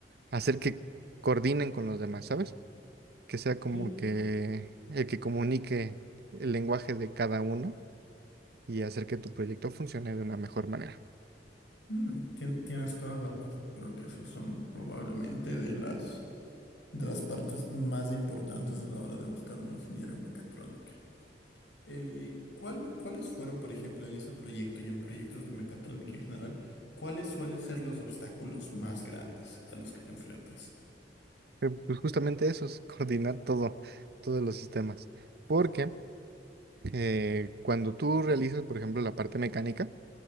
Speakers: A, on the right; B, on the left.
A: hacer que coordinen con los demás, ¿sabes? Que sea como
B: Sí.
A: que el que comunique el lenguaje de cada uno y hacer que tu proyecto funcione de una mejor manera.
B: Mm, tien- tienes toda la razón. Creo que esos son probablemente de las, de las partes más importantes a la hora de buscar un ingeniero en mecatrónica. Eh, ¿cuál- cuáles fueron, por ejemplo, en ese proyecto y en proyectos de mecatrónica en general, cuáles suelen ser los obstáculos más grandes a los que te enfrentas?
A: Eh, Pues justamente eso es coordinar todo, todos los sistemas. Porque eh, cuando tú realizas, por ejemplo, la parte mecánica,